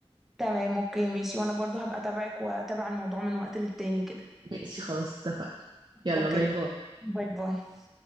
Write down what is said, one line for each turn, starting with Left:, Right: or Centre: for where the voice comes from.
Centre: تمام اوكي ماشي وانا برضو هبقى اتابعك واتابع الموضوع من وقت للتاني كده
Right: ماشي خلاص اتفقنا يلا
Centre: اوكي
Right: باي باي
Centre: باي باي